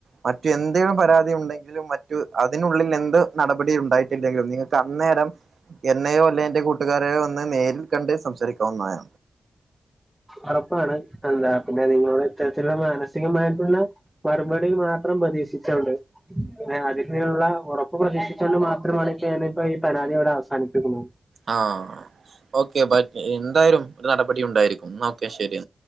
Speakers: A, on the right; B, in the centre.
A: മറ്റു എന്തേലും പരാതി ഉണ്ടെങ്കിലും മറ്റു അതിനുള്ളിൽ എന്ത് നടപടി ഉണ്ടായിട്ടില്ലെങ്കിലും നിങ്ങക്കന്നേരം എന്നെയോ അല്ലേ എന്റെ കൂട്ടുകാര് രെയോ ന്ന് നേരിൽ കണ്ട് സംസാരിക്കാവുന്നയ
B: ഒറപ്പാണ് എന്താ പിന്നെ നിങ്ങളുടെ ത്തെ ത്തിൽ ള്ള മാനസ് സികമായിട്ടുള്ള മറുപടിൽ മാത്രം പ്രതീക്ഷിച്ചോണ്ട് ഏ ആദ്യത്തിലുള്ള ഒറപ്പ് പ്രധീക്ഷിച്ചോണ്ട് മാത്രമാണ് പ്പ ഞാന് പ്പൊ ഈ പരാതി വ്ട അവസാനിപ്പിക്കുന്നു
A: ആഹ് ഓക്കേ ബായ് പ്പ് എന്താലും ഒരു നടപടി ഉണ്ടായിരിക്കും നോ ക്കെ ശെരി